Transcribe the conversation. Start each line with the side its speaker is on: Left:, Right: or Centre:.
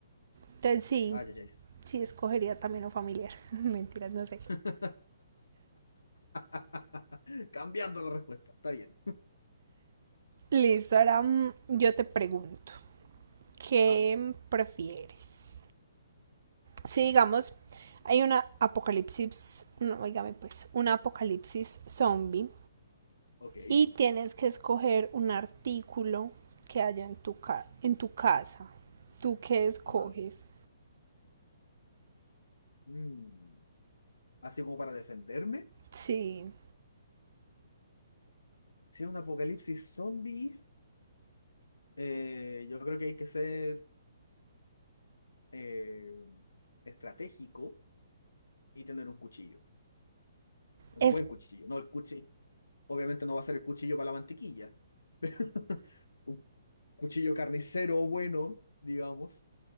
Right: Entonces sí,
Left: Ay, ay,
Right: sí escogería también lo familiar. <laughs> Mentiras, no sé.
Left: ay. <laughs> Cambiando la respuesta. Está bien.
Right: Listo, ahora mm, yo te pregunto, ¿qué
Left: Ajá.
Right: prefieres? Si digamos, hay una apocalipsis, no, oígame pues, una apocalipsis zombie
Left: Ok.
Right: Y tienes que escoger un artículo que haya en tu ca- en tu casa. ¿Tú qué escoges?
Left: Ajá. Mm, Así como para defenderme.
Right: Sí,
Left: Si es un apocalipsis zombie, eh, yo creo que hay que ser eh, estratégico y tener un cuchillo. Un
Right: es
Left: buen cuchillo. No el cuchillo. Obviamente no va a ser el cuchillo para la mantequilla. <laughs> Un cuchillo carnicero bueno, digamos,